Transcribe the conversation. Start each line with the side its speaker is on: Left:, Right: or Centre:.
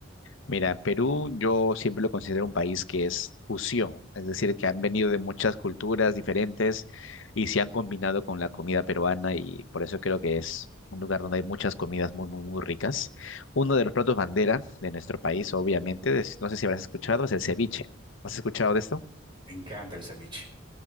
Left: Mira, Perú yo siempre lo considero un país que es fusión, es decir, que han venido de muchas culturas diferentes y se han combinado con la comida peruana y por eso creo que es un lugar donde hay muchas comidas muy, muy, muy ricas. Uno de los platos bandera de nuestro país, obviamente, es- no sé si habrás escuchado, es el ceviche. ¿Has escuchado de esto?
Right: Me encanta el ceviche.